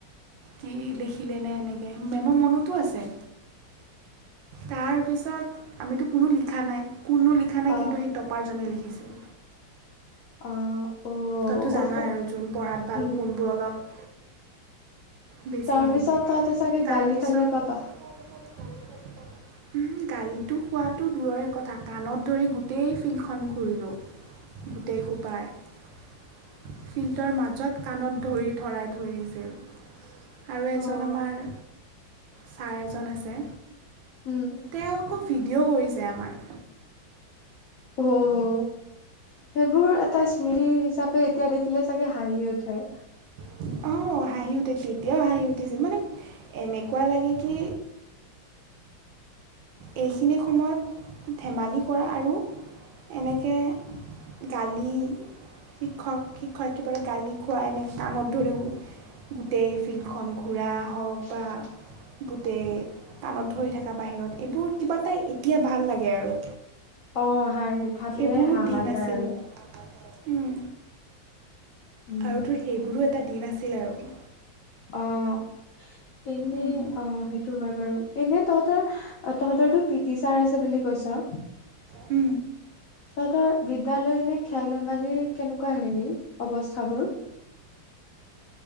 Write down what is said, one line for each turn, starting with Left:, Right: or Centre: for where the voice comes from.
Right: কি লিখিলেনে এনেকৈ মেমৰ মনতো আছে তাৰপিছত আমিতো কোনো লিখা নাই কোনো লিখা নাই
Left: অ'
Right: কিন্তু সেই টপাৰজনে লিখিছে উ
Left: অ' অ'
Right: তইতো জানয়ে আৰু যোন পঢ়াত ভাল
Left: উম,
Right: কোনবোৰ অলপ বেছি
Left: তাৰপিছত
Right: হে
Left: তহঁতে চাগে
Right: তাৰপিছত
Left: গালি খালি পাবা
Right: গালিটো খোৱাটো দূৰৰে কথা কাণত ধৰি গোটেই ফিল্ডখন ঘূৰিলোঁ গোটেই খোপাই ফিল্দৰ মাজত কাণত, ধৰি ধৰাই থৈ দিছিল। আৰু এজন
Left: অ'
Right: আমাৰ ছাৰ এজন আছে
Left: উম,
Right: তেওঁ আক ভিডিঅ' কৰিছে আমাৰ
Left: উম হম সেইবোৰ এটা স্মৃতি
Right: সেইবোৰ হিচাপে এতিয়া দেখিলে চাগে হাঁহি উঠে।
Left: হিচাপে এতিয়া দেখিলে চাগে হাঁহি উঠে
Right: <inaudible> অ হাঁহি উঠে তেতিয়াও হাঁহি উ ঠিছিল মানে এনেকুৱা লাগে কি এইখিনি সময়ত ধেমালি কৰা আৰু এনেকে গালি, শিক্ষক শিক্ষয়িত্ৰীৰ পৰা গালি খোৱা, এনেকে কাণত ধৰি উ - গোটেই ফিল্ডখন ঘূৰা।
Left: <inaudible>
Right: হওক বা গোটেই কাণত ধৰি থাকা বাহিৰত এইবোৰ কিবা এটা এতিয়া ভাল লাগে আৰু
Left: অ'। হয় ভাবিলে
Right: সেইবোৰো
Left: হাহা
Right: দিন
Left: যায়
Right: আছিল
Left: আৰু।
Right: উম।
Left: উম,
Right: আৰু তোৰ সেইবোৰো এটা দিন আছে আছিল আৰু
Left: আহ এনেই
Right: উম।
Left: অ সেইটো হয় বাৰু এনে তহতৰ তহতৰো পিটি ছাৰ আছে বুলি কৈছ
Right: উম
Left: তহতৰ বিদ্যালয় নে খেল ধেমালিৰ কেনেকুৱা হেৰি অৱস্থাবোৰ?